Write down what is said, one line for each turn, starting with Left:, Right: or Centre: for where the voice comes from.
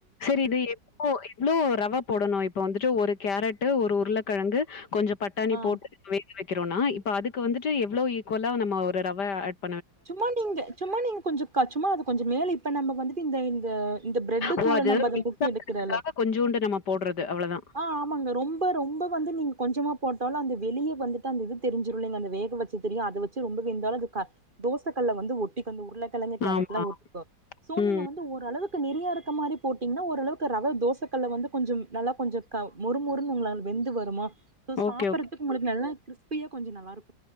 Left: சரி இது எப்போ எவ்ளோ ரவ போடணு இப்ப வந்துட்டு ஒரு கேரட் ஒரு உருளைக்கெழங்கு கொஞ்சு பட்டாணி
Right: ஆ
Left: போட்டு வேக வைக்கிறோனா இப் இப்ப அதுக்கு வந்துட்டு எவ்ளோ ஈக்குவலா நம்ம ஒரு ரவ அட்
Right: சும்மா நீங்க சும்மா நீங்க கொஞ்சு சும்மா அது கொஞ்சு மேல இப்ப நம்ம வந்துடு இந்த இந்த பிரெட்டு
Left: ஓ
Right: தூள
Left: அது
Right: நம்ம அத
Left: <unintelligible>
Right: முக்கி எடுக்கிறல
Left: கொஞ்சூண்டு நம்ம போடுறது அவ்ளோதா
Right: ஆ ஆமாங்க ரொம்ப ரொம்ப வந்து நீங்க கொஞ்சமா போட்டாலு அந்த வெளியே வந்துட்டு அந்த இது தெரிஞ்சிருல்லைங்க அந்த வேக வச்சு தெரியு அத வச்சு ரொம்ப வேந்தாலு அது க தோச கல்ல வந்து ஒட்டிக்கு அந்த உருளை கெலங்கு கேரட்லா
Left: ஆமா.
Right: உருட்டிக்கோ சோ
Left: ம்.
Right: நீங்க வந்து ஓரளவுக்கு நெறியா இருக்க மாரி போட்டீங்ன்னா ஓரளவுக்கு ரவ தோசக்கல்ல வந்து கொஞ்சும் நல்லா கொஞ்சு க முறுமுருன்னு உங்களால வெந்து வருமா சோ
Left: ஓகே,
Right: சாப்பிறதுக்கு உங்களுக்கு நல்லா இருக்கு இல் பிய கொஞ்சு நல்லா இருக்கு